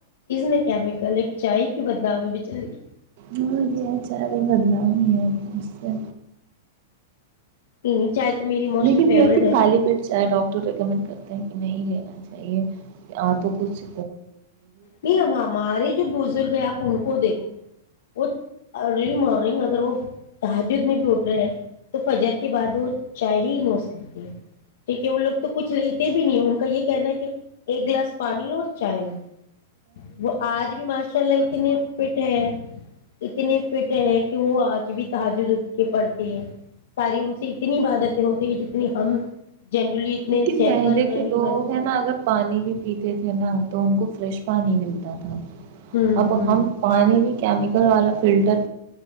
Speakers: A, on the left (about 65°); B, on the right (about 45°).
A: میں کیمیکل ایک چائے کی بدنام بچاری
B: ہو یہ چ اور بدنؤ بھی نہیں ہے اچھا
A: تیین چائے تو میری موسٹلی
B: لیکن
A: فیوریٹ
B: یہ کہ
A: ہے
B: خالی پیٹ چاہے ڈاکٹر ریکمنڈ کرتے ہیں کہ نہیں لینا چاہی یہ ہ تو کچھ
A: نہیں اب ہمارے جو بزرگ ہیں آپ ان کو دیکھو وہ ارلی مارننگ اگر وہ تحاجد میں بھی اٹھ رہے ہیں تو فجر کے بعد وہ چائے ہی نوس کرتی ہے ٹھیک ہے وہ لوگ تو کچھ لیتے بھی نہیں ان کا یہ کہنا ہے کہ ایک گلاس پانی لو اور چائے لو وہ آج بھی ماشاء اللہ اتنی فٹ ہے اتنی فٹ ہے کہ وہ آج بھی تج کے پڑتے ہیں ساری ان سے اتنی عبادتیں ہوتی ہیں جتنی ہم جنرلی اتنے
B: کیونکہ
A: صحت
B: پہلے
A: مند رہنے
B: کے لوگ
A: بعد
B: ہیں نا اگر پانی بھی پیتے تھے نا تو ان کو فریش پانی ملتا تھا
A: ہوں
B: اب
A: ہوں
B: ہم پانی بھی کیمیکل والا فلٹر